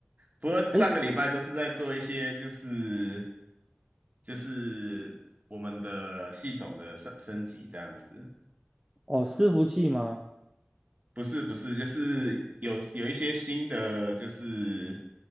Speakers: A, on the right (about 40°); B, on the right (about 15°).
A: 不过上个礼拜都是在做一些就是
B: 哎，
A: 就是我们的系统的升升级这样子。
B: 哦，伺服器吗？
A: 不是不是，就是有有一些新的，就是